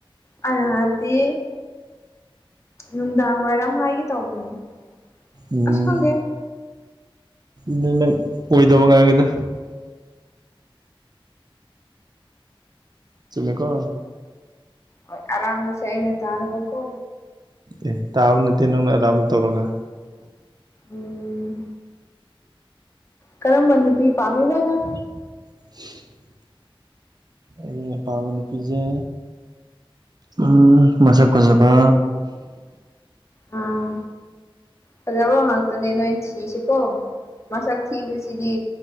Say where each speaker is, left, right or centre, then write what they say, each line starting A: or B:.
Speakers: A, on the left; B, on the right.
A: ꯑꯩ ꯅ ꯍꯥꯏꯕꯗꯤ ꯅꯨꯡꯗꯥꯡ ꯋꯥꯏꯔꯝ ꯍꯥꯏꯒꯦ ꯇꯧꯕꯅꯦ
B: ꯎꯝ
A: ꯑꯁ ꯈꯪꯗꯦ
B: ꯑꯗꯤ ꯅꯪ ꯑꯣꯏꯗꯕ ꯉꯥꯡꯉꯤꯗ ꯆꯨꯝꯃꯦꯀꯣ
A: ꯑꯣꯏ ꯑꯔꯥꯟꯕꯁꯦ ꯑꯩꯅ ꯇꯥꯔꯕꯀꯣ
B: ꯑꯦ ꯇꯥꯕ ꯅꯠꯇꯦ ꯅꯪꯅ ꯑꯔꯥꯟꯕ ꯇꯧꯔꯒ
A: ꯎꯝ ꯀꯔꯝꯕ ꯅꯨꯄꯤ ꯄꯥꯝꯃꯤꯕ ꯅꯪ
B: <unintelligible> ꯑꯩ ꯑꯄꯥꯕ ꯅꯨꯄꯤꯁꯦ ꯎꯝ ꯃꯁꯛ ꯐꯖꯕ
A: ꯑꯥ ꯐꯖꯕ ꯉꯥꯛꯇꯅꯦ ꯅꯣꯏ ꯊꯤꯔꯤꯁꯤꯀꯣ ꯃꯁꯛ ꯊꯤꯕꯁꯤꯗꯤ